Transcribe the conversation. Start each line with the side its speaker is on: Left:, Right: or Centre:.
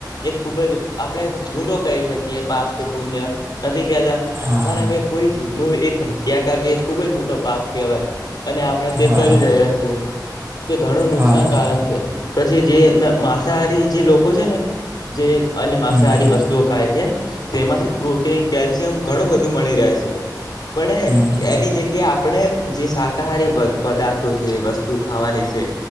Left: એ ખૂબ જ આપણે ગુનો કહી શકીએ એ પાપ કે પુણ્ય નથી કારણ
Right: હા
Left: કે કોઈ જીવનું એક હત્યા કરવી ખુબ જ મોટો પાપ કહેવાય અને આપણે તે
Right: હા
Left: કરી રહ્યા છીએ તે ઘણું નુકસાનકારક
Right: હા હા
Left: છે. પછી જે માંસાહારી જે લોકો છે ને જે અન્ય માંસાહારી
Right: હમ હમ
Left: વસ્તુઓ ખાય છે તેમાંથી પ્રોટીન કેલ્શિયમ ઘણું બધું મળી રહે છે પણ
Right: હમ હમ
Left: એની કે આપણે જે શાકાહારી પદાર્થો છે વસ્તુ ખાવાની છે